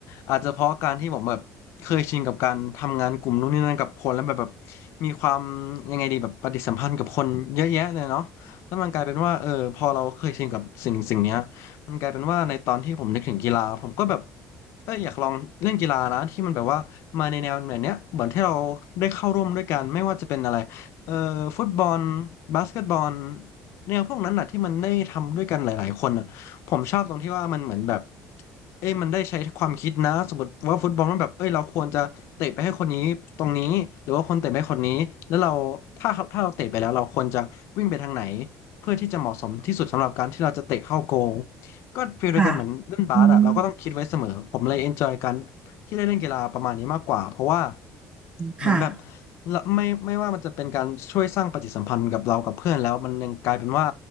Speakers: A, on the left (about 65°); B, on the right (about 20°).
A: อาจจะเพราะการที่ผมแบบเคยชินกับการทำงานกลุ่มนู่นนี่นั่นกับคนแล้วแบบแบบมีความยังไงดีแบบปฏิสัมพันธ์กับคนเยอะแยะเลยเนาะแล้วมันกลายเป็นว่าเออพอเราเคยชินกับสิ่งสิ่งเนี้ยมันกลายเป็นว่าในตอนที่ผมนึกถึงกีฬาผมก็แบบเอออยากลองเล่นกีฬานะที่มันแบบว่ามาในแนวแบบเนี้ยเหมือนที่เราได้เข้าร่วมด้วยกันไม่ว่าจะเป็นอะไรเอ่อฟุตบอลบาสเกตบอล แนวพวกนั้นน่ะที่มันได้ทำด้วยกันหลายๆคนน่ะผมชอบตรงที่ว่ามันเหมือนแบบเอ้ยมันได้ใช้ความคิดนะสมมติว่าฟุตบอลมันแบบเอ้ยเราควรจะเตะไปให้คนนี้ตรงนี้หรือว่าคนเตะไปให้คนนี้แล้วเราถ้าถ้าเราเตะไปแล้วเราควรจะวิ่งไปทางไหนเพื่อที่จะเหมาะสมที่สุดสำหรับการที่เราจะเตะเข้าโกลก็ฟีลเดียวกันเหมือนเล่นบาสอ่ะเราก็ต้องคิดไว้เสมอผมเลยเอนจอยกัน
B: ค่ะอืม
A: ที่ได้เล่นกีฬาประมาณนี้มากกว่าเพราะว่าเหมือนแบบ
B: ค่ะ
A: แล้วไม่ไม่ว่ามันจะเป็นการช่วยสร้างปฏิสัมพันธ์กับเรากับเพื่อนแล้วมันยังกลายเป็นว่า